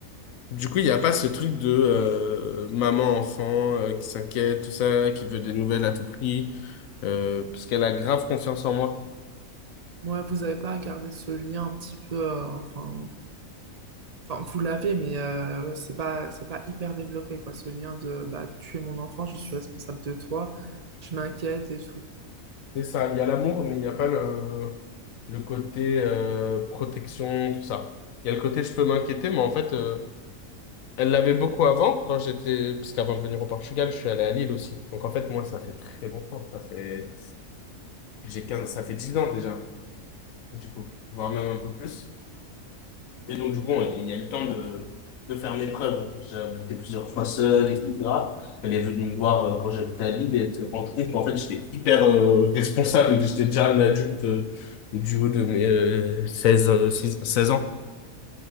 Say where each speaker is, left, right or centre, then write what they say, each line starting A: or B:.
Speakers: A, on the left; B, on the right.
A: Du coup, il n'y a pas ce truc de euh, maman-enfant euh, qui s'inquiète, tout ça, qui veut des nouvelles à tout prix, euh, parce qu'elle a grave confiance en moi.
B: Ouais, vous avez pas à garder ce lien un petit peu, euh, enfin. Enfin, vous l'avez, mais euh, ouais, c'est pas, c'est pas hyper développé, quoi, ce lien de bah, tu es mon enfant, je suis responsable de toi, je m'inquiète et tout.
A: C'est ça, il y a l'amour, mais il n'y a pas le, le côté euh, protection, tout ça. Il y a le côté je peux m'inquiéter, mais en fait... euh, Elle l'avait beaucoup avant, quand j'étais, parce qu'avant de venir au Portugal, je suis allé à Lille aussi. Donc en fait, moi, ça fait très longtemps. Ça fait, j'ai 15, ça fait 10 ans déjà, du coup, voire même un peu plus. Et donc, du coup, on- il y a eu le temps de, de faire mes preuves. J'ai habité plusieurs fois seul, etc. Elle est venue me voir euh, quand j'habitais à Lille et elle s'est rendue compte qu'en fait, j'étais hyper euh, responsable que j'étais déjà un adulte euh, du haut de mes euh, 16 euh, 6 16 ans.